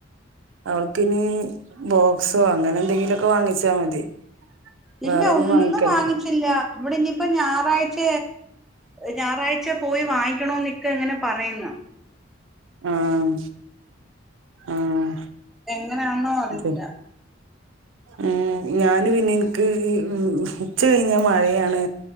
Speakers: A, on the right; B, in the centre.
A: അവൾക്ക് ഇനി ബോക്സോ അങ്ങനെ എന്തെങ്കിലുമൊക്കെ വാങ്ങിച്ചാ മതി
B: ഇല്ല
A: വേറൊന്നും
B: ഒന്നും
A: വാങ്ങിക്കല്ല
B: വാങ്ങിച്ചില്ല ഇവിടെ ഇനി ഇപ്പൊ ഞായറാഴ്ച ഞായറാഴ്ച പുറത്ത് പോയി വാങ്ങിക്കണോ നിക്ക ഇങ്ങനെ പറയുന്നു
A: ആഹ ആഹ്
B: അങ്ങനാന്നോ അറിയില്ല
A: അതെ ഉം ഞാന് പിന്നെ എനിക്ക് ഉച്ച കഴിഞ്ഞാൽ മഴയാണ്